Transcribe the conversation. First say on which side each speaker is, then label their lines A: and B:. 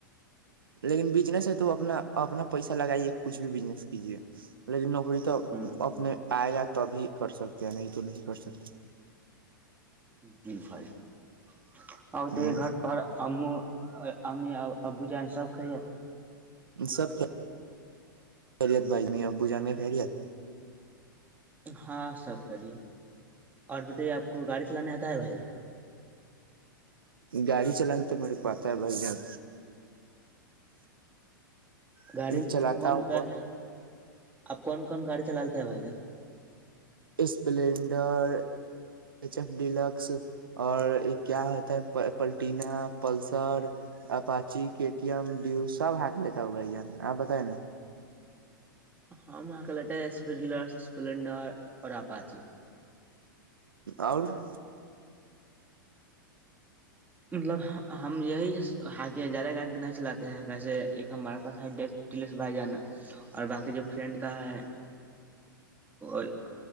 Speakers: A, on the right (about 90°); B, on the right (about 15°).
A: لیکن بجنس ہے تو اپنا اپنا پیسہ لگائیے کچھ بھی بجنس جی پ دنخ تو
B: ہوں
A: اپنے آئے جاتے تبھی کر سکتے ہیں نہیں تو نہیں کر سکتے
B: جل فائیو <unintelligible> آتے
A: ہ
B: گھر پرار ہم اور امی ابو جان سب خریت
A: سب خیریت بھائی میں ابو جان کا خیریت
B: ہاں سب کر لیے اور بتائیے آپ کو گاڑی چلانے آتا ہے بھجن
A: گاڑی چلانانی تو میرے کو آتا ہے بھائی جان
B: گاڑی میں
A: چلاتا
B: کون
A: ہوں
B: گاڑی چل اپ کون کون گاڑی چلاتے ہیں بھائی جان
A: اسپلینڈر ایچ ایف ڈلکس اور کیا ہوتا ہے Platina Pulsar Apache K T M Dio سب آ کے لے کے ا آ بتائے نا
B: ہاں ماں کلہ ڈ <unintelligible> ر اسپلنڈر اور اپاچی
A: اور <unintelligible>
B: مطلب ہم یہی ہاں زیادہ گاڑی تو نہیں چلاتے ہیں کیسے ایک ہمارے پاس بائی جانا اور باقی جو فرینڈ کا ہے وہ